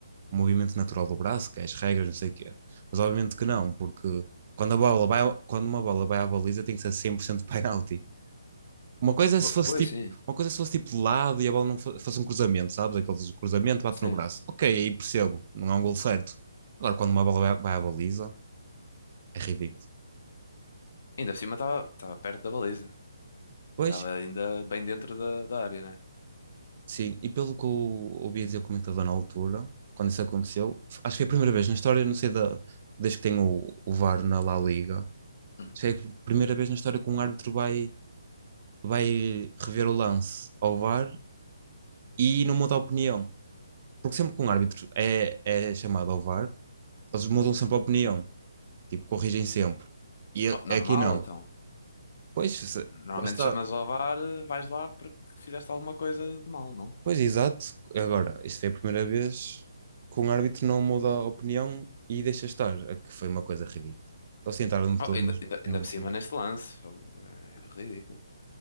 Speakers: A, on the right; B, on the left.
A: um movimento natural do braço, que é as regras, não sei o quê. Mas obviamente que não, porque quando a bola vai, ao- quando uma bola vai à baliza tem que ser 100% <laughs> penalti. Uma coisa é
B: Po-
A: se fosse
B: Pois
A: tipo,
B: sim,
A: uma coisa é se fosse tipo de lado e a bola não fo- fosse um cruzamento, sabes? Aqueles cruzamento, bate
B: sim.
A: no braço. Ok, aí percebo, não é um gol certo. Agora, quando uma bola vai vai à baliza, é ridículo.
B: Ainda por cima estava estava perto da baliza.
A: Pois,
B: Estava ainda bem dentro da, da área, né?
A: sim, e pelo que eu ouvi dizer o comentador na altura, quando isso aconteceu, acho que foi a primeira vez na história, não sei da, desde que tem o, o VAR na La Liga,
B: Uhum.
A: acho que é a primeira vez na história que um árbitro vai, vai rever o lance ao VAR e não muda a opinião. Porque sempre que um árbitro é, é chamado ao VAR, eles mudam sempre a opinião. Tipo, corrigem sempre. E a-
B: Oh, normal,
A: aqui não.
B: então.
A: Pois, se-
B: Normalmente
A: lá está.
B: chamas ao VAR, eh, vais lá porque fizeste alguma coisa de mal, não?
A: Pois, exato. Agora, isto foi a primeira vez que um árbitro não muda a opinião e deixa estar, a que foi uma coisa ridícula. Eles tentaram-me
B: Oh,
A: todo,
B: ainda,
A: mas
B: ainda,
A: mesmo
B: ainda
A: assim.
B: por cima neste lance. Oh, é ridículo.